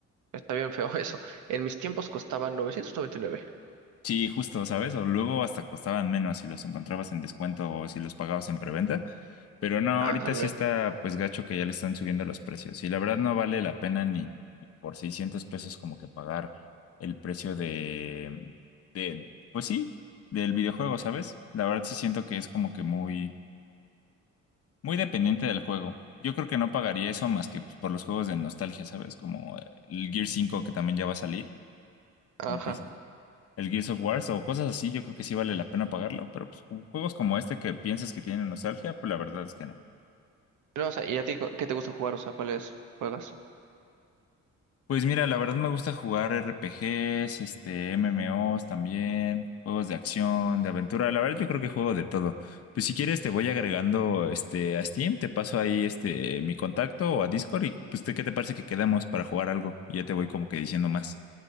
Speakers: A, on the right (about 75°); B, on the left (about 50°).
A: está bien feo <laughs> eso. En mis tiempos costaban 999.
B: Sí, justo, ¿sabes? O luego hasta costaban menos si los encontrabas en descuento o si los pagabas en preventa. Pero no,
A: Ah,
B: ahorita
A: también.
B: sí está pues gacho que ya le están subiendo los precios. Y la verdad no vale la pena ni, ni por 600 pesos como que pagar el precio de, de, pues sí, del videojuego, ¿sabes? La verdad sí siento que es como que muy, muy dependiente del juego. Yo creo que no pagaría eso más que pues, por los juegos de nostalgia, ¿sabes? Como eh, el Gear cinco que también ya va a salir
A: Ajá.
B: como que sí, el Gears of War o cosas así, yo creo que sí vale la pena pagarlo, pero pues, ju- juegos como este que piensas que tienen nostalgia, pues la verdad es que no.
A: No, o sea, ¿y a ti cu- qué te gusta jugar? O sea, ¿cuáles juegas?
B: Pues mira, la verdad me gusta jugar RPGs, este, MMOs también, juegos de acción, de aventura, la verdad yo creo que juego de todo. Pues si quieres te voy agregando este a Steam, te paso ahí este mi contacto o a Discord y pues te- ¿qué te parece que quedamos para jugar algo? Y ya te voy como que diciendo más.